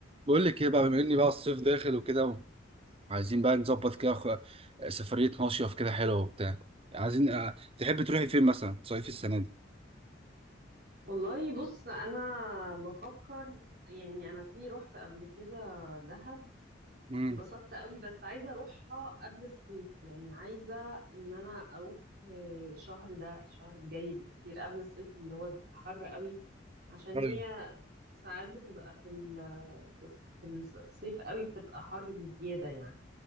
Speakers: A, on the right; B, on the right.
A: بقول لك ايه بقى بما اني بقى الصيف داخل وكده عايزين بقى نظبط كده خ- سفرية مصيف كده حلوة وبتاع عايزين آه، تحبي تروحي فين مثلا تصيفي السنة دي
B: والله بص انا بفكر يعني انا في رحت قبل كده دهب
A: امم
B: انبسطت قوي بس عايزه اروحها قبل الصيف يعني عايزه ان انا اروح آه، الشهر ده الشهر الجاي بالكتير قبل الصيف اللي هو الحر قوي عشان هي
A: ايوه
B: ساعات بتبقى في ال في الص- في الصيف قوي بتبقى حر بزياده يعني